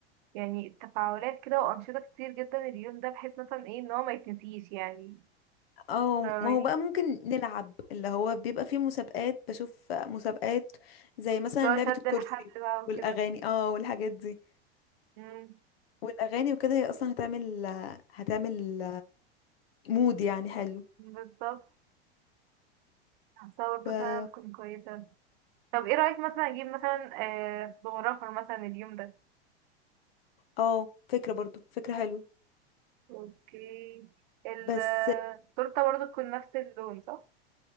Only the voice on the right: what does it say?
يعني تفاعلات كده وانشطة كتير جدا اليوم ده بحيث مثلا ايه ان هو ما يتنسيش يعني
فاهماني
لو
شد
الحبل بقى وكده
امم
بالظبط حاسة برضه
فعلا تكون كويسة طب ايه رأيك مثلا اجيب مثلا آه فوتوغرافر مثلا اليوم ده
اوكي ال-
التورتة برضه تكون نفس اللون صح؟